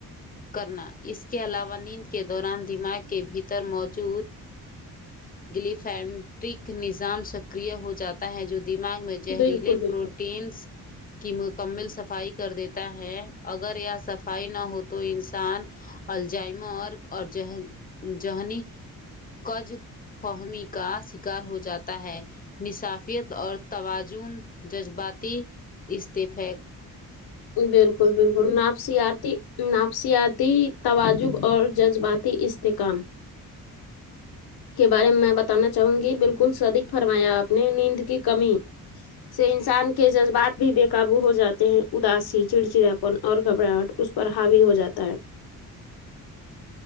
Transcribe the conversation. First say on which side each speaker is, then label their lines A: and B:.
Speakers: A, on the left; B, on the left.
A: کرنا اس کے علاوہ نیند کے دوران دماغ کے بھیتر موجود گلیفینٹک نظام سکر ہو جاتا ہے جو دماغ میں زہریلے
B: بالکل بالکل
A: پروٹینس کے کی مکمل صفائی کر دیتا ہے اگر یہ صفائی نہ ہو تو انسان الجائمہ اور اور ج جہنی کج فہمی کا شکار ہو جاتا ہے نصافیت اور توازن جذباتی استعفق
B: بالکل بالکل ناپس آتی نافسیاتی توجب اور جذباتی استحکام کے بارے میں میں بتانا چاہوں گی بالکل صدیک فرمایا آپ نے نیند کی کمی سے انسان کے جذبات بھی بے قابو ہو جاتے ہیں اداسی چڑچڑیاپن اور گھبراہٹ اس پر ہاوی ہو جاتا ہے
A: ناقابل سماعت